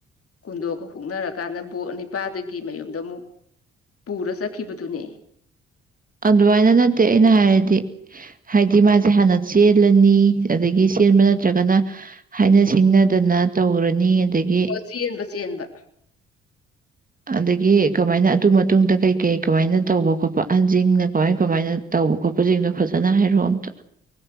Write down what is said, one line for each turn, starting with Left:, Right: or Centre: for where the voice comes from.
Left: ꯀꯨꯟꯗꯣꯛꯀ ꯍꯨꯛꯅꯔꯀꯥꯟꯗ ꯕꯣꯔ ꯅꯤꯄꯥꯗꯨꯒꯤ ꯃꯌꯨꯝꯗ ꯑꯃꯨꯛ ꯄꯨꯔꯥ ꯆꯠꯈꯤꯕꯗꯨꯅꯦ
Right: ꯑꯗꯨꯃꯥꯏꯅ ꯅꯠꯇꯦ ꯑꯩꯅ ꯍꯥꯏꯔꯗꯤ ꯍꯥꯏꯗꯤ ꯃꯥꯖꯦ ꯍꯥꯟꯅ ꯆꯦꯜꯂꯅꯤ ꯑꯗꯒꯤ ꯆꯦꯟꯕ ꯅꯠꯇ꯭ꯔꯒꯅ ꯍꯥꯏꯅ ꯁꯤꯡꯅꯗꯅ ꯇꯧꯔꯅꯤ ꯑꯗꯒꯤ
Left: ꯆꯦꯟꯕ ꯆꯦꯟꯕ
Right: ꯑꯗꯒꯤ ꯀꯃꯥꯏꯅ ꯑꯗꯨ ꯃꯇꯨꯡꯗ ꯀꯩ ꯀꯩ ꯀꯃꯥꯏꯅ ꯇꯧꯕ ꯈꯣꯠꯄ ꯑꯍꯟꯖꯤꯡꯅ ꯀꯃꯥꯏ ꯀꯃꯥꯏꯅ ꯇꯧꯕ ꯈꯣꯠꯄꯁꯤꯡꯗꯣ ꯐꯖꯅ ꯍꯥꯏꯔꯛꯑꯣ ꯑꯝꯇ